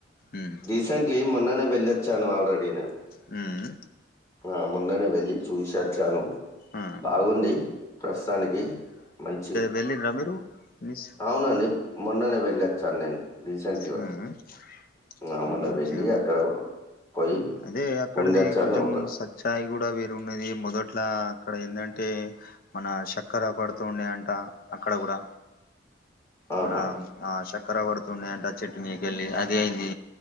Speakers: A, on the left; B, on the left.
A: ఉమ్
B: రీసెంట్లీ మొన్ననే వెళ్ళొచ్చాను ఆల్రెడీ నేను
A: హుహ్
B: ఆ మొన్ననే వెళ్ళి చూసోచ్చాను
A: ఆ
B: బాగుంది ప్రస్తుతానికి మంచి
A: వెళ్ళిరా మీరు మిస్
B: అవునండి మొన్ననే వెళ్ళొచ్చాను నేను రీసెంట్‌గా.
A: హు ఉ
B: ఆ!
A: అక్కడ
B: మొన్న
A: మంచిగా
B: వెళ్ళి
A: ఉన్నా
B: అక్కడ పోయి
A: అదే అక్కడది
B: ఉండొచ్చాను.
A: కొంచెం
B: ఒక
A: సజ్ చాయ్ కూడా వేరు ఉన్నది మొదట్లా అక్కడ ఏందాంటే మన చక్కర పడుతూ ఉండే అంట అక్కడ కూడా
B: ఆహా!
A: మన ఆ చక్కర పడుతుండేయంటే ఆ చెట్టు మీదకెళ్ళి అదే అయింది